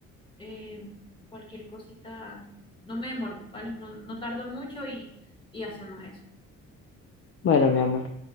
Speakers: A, on the left; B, on the left.
A: eh, cualquier cosita, no me demoro, ¿vale? No, no tardo mucho y, y hacemos eso.
B: Bueno, mi amor.